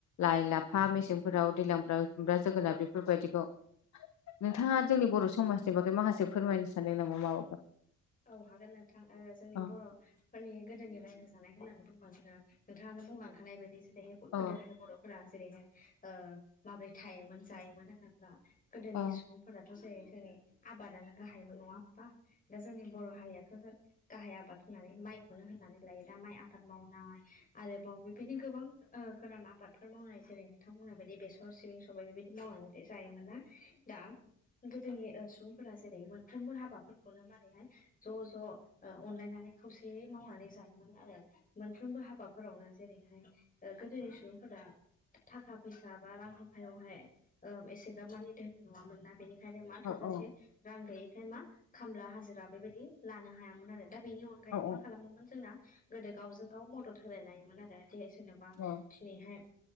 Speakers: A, on the left; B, on the left.
A: लाइ लाफा मेसेंफोराव दैलांफोराव खुमब्रा जोगोनार बेफोरबायदि नोंथाङा जोंनि बर' समाजनि बागै माखासे फोरमायनो सानदों नामा माबाफोर?
B: औ हागोन नोंथां। जोंनि
A: अ
B: बर' फोरनि गोदोनि रायजो जानाय होन्नानै बुंयोबा जोङो नोंथाङानो बुंलांखानाय बायदि जेरैहाय गोदोहाय
A: अ
B: बर'फोरा जेरैहाय ओ माब्रै थायोमोन जायोमोन होनङोब्ला गोदोनि
A: अ
B: सुबुंफोराथ' जेर जों आबादानो गाहायबो नङा होमबा? दा जोंनि बर'हारिआ थ' गाहाय आबाद होननानै माइखौनो होननानै लायो दा माइ आबाद मावनाय आरोबाव बेबायनो गोबां ओ गोरान आबादफोर मावनाय जेरै नोंथांमोनहा बायदि बेसर सिबिं सबाय बेबायदि मावनानै जायोमोन ना दा गोदोनि ओ सुबुंफोरा मोनफ्रोमबो हाबाफोरखौबो मारैहाय ज' ज' अनलायनानै खौसेयै मावनानै जायोमोन आरो। मोनफ्रोमबो हाबाफोरावनो जेरैहाय गोदोनि सुबुंफोरा थाखा फैसा बा रां रुफायावहाय एसेग्राब मानि दोनि नङामोना बेनि खायनो मा
A: अ
B: थोजासे
A: अ
B: रां गैयैखाय मा खामला हाजिरा बेबायदि लानो हायामोन आरो दा बेनि अनगायै
A: अ उम
B: मा खालामोमोन जोंना गोदो गावजों गाव मदद होलाय लायोमोन आरो जे सोरनोबा
A: अ
B: जेरैहाय